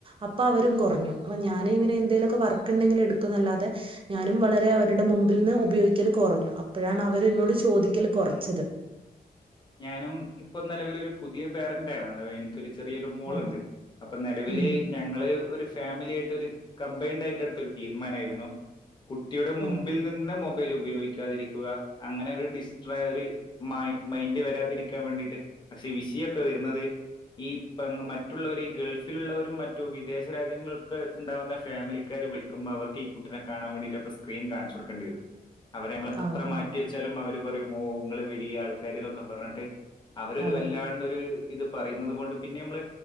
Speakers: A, on the right; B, on the left.
A: അപ്പം അവരും കൊറഞ്ഞു അപ്പൊ ഞാന് ഇവനെ എന്തേലൊക്കെ വർക്ക് ഇണ്ടെങ്കിൽ എടുക്കുന്നല്ലാതെ ഞാനും വളരെ അവര്ടെ മുമ്പിൽ നിന്ന് ഉപയോഗിക്കല് കൊറഞ്ഞു അപ്പോഴാണ് അവര് ഇന്നോട് ചോദിക്കല് കൊറച്ചത്
B: ഞാനും ഇപ്പം നെലവിലൊരു പുതിയ പാരൻ്റ് ആണ് അധവാ എനി ക്കെരു ചെറിയൊരു മോള്
A: ആ
B: ഇണ്ട് അപ്പം നെലവില്
A: ഉം
B: ഞങ്ങള് ഒരു ഫാമിലി ആയിട്ടൊരു കമ്പൈൻഡ് ആയിട്ട് എട്ത്തൊരു തീരുമാനമായിരുന്നു കുട്ടിയുടെ മുമ്പിൽ
A: ആ
B: നിന്ന് മൊ ബൈല് ഉപയോഗിക്കാതിരിക്കുക അങ്ങനെ ഒരു ഡിസ്ട്ര ഒരു മൈ മൈൻ ഡ് വരാതിരിക്കാൻ വേണ്ടിട്ട് പക്ഷെ വിഷയൊക്കെ വരുന്നത് ഈ പെങ്ങമ മറ്റുള്ളവര് ഗൾഫിലുള്ളവരും മറ്റു വിദേശ രാജ്യങ്ങളിലൊക്കെ ഇണ്ടാവുന്ന ഫാമിലിക്കാര് വിളി ക്കുമ്പോ അവർക്ക് ഈ കുട്ടിനെ കാണാൻ വേണ്ടിട്ട് അപ്പ സ്ക്രീൻ കാണിച്ചു കൊടുക്കേണ്ടിവരും അവരെ നമ്മള് എത്ര
A: ആ
B: മാറ്റി
A: ആ
B: വെച്ചാലും അവര് പറയും ഓഹ് നിങ്ങള് വലിയ ആൾക്കാര് ഇതൊക്കെ പറഞ്ഞിട്ട് അവരൊരു
A: അതെ
B: വല്ലാണ്ട് ഒരു ഇത് പറയുന്നത് കൊണ്ട് പിന്നെ നമ്മള്